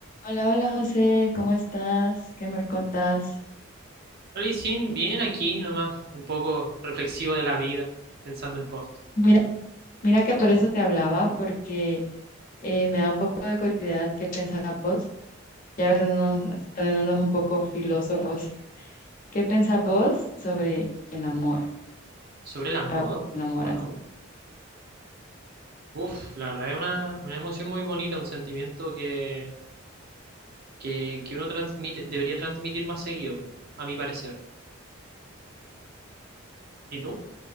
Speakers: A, on the left; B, on the right.
A: Hola, hola José, ¿cómo estás? ¿Qué me contás?
B: Rally Sin, bien aquí nomás, un poco reflexivo de la vida, pensando en cosas.
A: Mira, mira que por eso te hablaba, porque eh, me da un poco de curiosidad qué pensás vos, ya poniéndonos, poniéndonos un poco filósofos. ¿Qué pensás vos sobre el amor?
B: Sobre el amor,
A: Para vos, el amor
B: wow.
A: así.
B: Uf, la verdad es una, una emoción muy bonita, un sentimiento que, que, que uno transmite, debería transmitir más seguido, a mi parecer. ¿Y tú?